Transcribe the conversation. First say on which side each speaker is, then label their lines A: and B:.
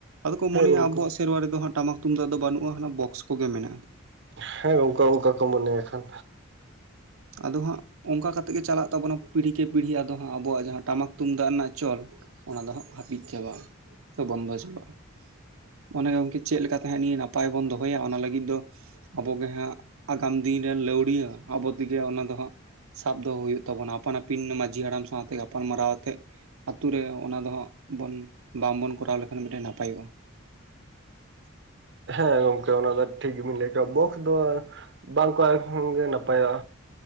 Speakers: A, on the right (about 85°); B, on the right (about 55°).
A: ᱟᱫᱚ ᱠᱚ
B: ᱦᱮᱸ
A: ᱢᱚᱱᱮᱭᱟ
B: ᱜᱚᱝᱠᱮ
A: ᱟᱵᱚᱣᱟᱜ ᱥᱮᱨᱣᱟ ᱨᱮᱫᱚ ᱦᱟᱸᱜ ᱴᱟᱢᱟᱠ ᱛᱩᱢᱫᱟᱜ ᱫᱚ ᱵᱟᱱᱩᱜ-ᱟ ᱦᱟᱱᱟ ᱵᱚᱠᱥ ᱠᱚᱜᱮ ᱢᱮᱱᱟᱜ-ᱟ᱾
B: ᱦᱮᱸ ᱜᱚᱝᱠᱮ ᱚᱱᱠᱟ ᱠᱚ ᱢᱚᱱᱮᱭᱟ ᱠᱷᱟᱱᱼᱼ
A: ᱟᱫᱚ ᱦᱟᱸᱜ ᱚᱱᱠᱟ ᱠᱟᱛᱮᱫ ᱜᱮ ᱪᱟᱞᱟᱜ ᱛᱟᱵᱚᱱᱟ ᱯᱤᱲᱦᱤ ᱠᱮ ᱯᱤᱲᱦᱤ ᱟᱫᱚ ᱦᱟᱸᱜ ᱟᱵᱚᱣᱟᱜ ᱡᱟᱦᱟᱸ ᱴᱟᱢᱟᱠ ᱛᱩᱢᱫᱟᱜ ᱨᱮᱱᱟᱜ ᱪᱚᱞᱼᱼ ᱚᱱᱟ ᱫᱚ ᱦᱟᱸᱜ ᱦᱟᱯᱤᱫ ᱪᱟᱵᱟᱜ-ᱟ ᱥᱮ ᱵᱚᱱᱫᱚ ᱪᱟᱵᱟᱜ-ᱟ᱾ ᱚᱱᱮ ᱜᱚᱝᱠᱮ ᱪᱮᱫ ᱞᱮᱠᱟ ᱛᱮ ᱦᱟᱸᱜ ᱱᱤᱭᱟᱹ ᱱᱟᱯᱟᱭ ᱵᱚᱱ ᱫᱚᱦᱚᱭᱟ ᱚᱱᱟ ᱞᱟᱜᱤᱫ ᱫᱚᱼᱼ ᱟᱵᱚᱱᱜᱮ ᱦᱟᱸᱜ ᱟᱜᱟᱢ ᱫᱤᱱ ᱨᱮᱱ ᱞᱟᱹᱣᱲᱤᱭᱟᱹ ᱟᱵᱚᱼᱼ ᱛᱮ ᱜᱮ ᱚᱱᱟ ᱫᱚ ᱦᱟᱸᱜ ᱥᱟᱵ ᱫᱚᱦᱚ ᱦᱩᱭᱩᱜ ᱛᱟᱵᱚᱱᱟ ᱟᱯᱟᱱ ᱟᱹᱯᱤᱱ ᱢᱟᱸᱡᱷᱤ ᱦᱟᱲᱟᱢ ᱥᱟᱶᱛᱮ ᱜᱟᱯᱟᱞ ᱢᱟᱨᱟᱣ ᱟᱛᱮᱜᱼᱼ ᱟᱛᱩ ᱨᱮ ᱚᱱᱟ ᱫᱚ ᱦᱟᱸᱜ ᱵᱚᱱ ᱵᱟᱝᱵᱚᱱ ᱠᱚᱨᱟᱣ ᱞᱮᱠᱷᱟᱱ ᱢᱤᱫᱴᱮᱱ ᱱᱟᱯᱟᱭᱚᱜ-ᱟ᱾
B: ᱦᱮᱸ ᱜᱚᱝᱠᱮ ᱚᱱᱟ ᱫᱚ ᱴᱷᱤᱠ ᱜᱮᱵᱤᱱ ᱞᱟᱹᱭ ᱟᱠᱟᱫ-ᱟ᱾ ᱵᱚᱠᱥ ᱫᱚ ᱵᱟᱝ ᱠᱚ ᱮᱢ ᱨᱮᱦᱚᱸ ᱱᱟᱯᱟᱭᱟ᱾